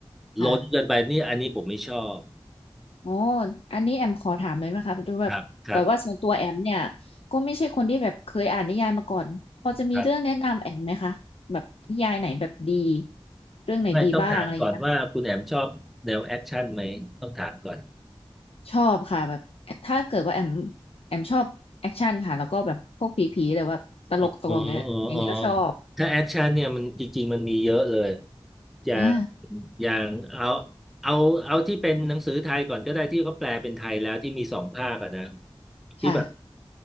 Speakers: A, on the left (about 75°); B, in the centre.
A: ค่ะ
B: ล้นเกินไปนี่อันนี้ผมไม่ชอบ
A: โอ้อันนี้แอมขอถามเลยนะคะดูแบบแบบว่าส่วนตัวแอมเนี่ย
B: ครับครับ
A: ก็ไม่ใช่คนที่แบบเคยอ่านนิยายมาก่อนพอจะมีเรื่องแนะนำแอมไหมคะแบบนิยายไหนแบบดี
B: ครับ
A: เรื่องไหนดีบ้างอะไรอย่างเงี้ยค่ะ
B: ไม่ต้องถามก่อนว่าคุณแอมชอบแนวแอคชั่นไหมต้องถามก่อน
A: ชอบค่ะแบบถ้าเกิดว่าแอมแอมชอบแอคชั่นค่ะแล้วก็แบบพวกผีๆหรือว่าตลกตลกเนี่ยอย่างเงี้ยก็ชอบ
B: อ๋ออ๋ออ๋อถ้าแอคชั่นเนี่ยมันจริงๆมันมีเยอะเลยจะ
A: อ่า
B: อย่างเอาเอาเอาที่เป็นหนังสือไทยก่อนก็ได้ที่เขาแปลเป็นไทยแล้วที่มีสองภาคอะนะที่แบบ
A: ค่ะ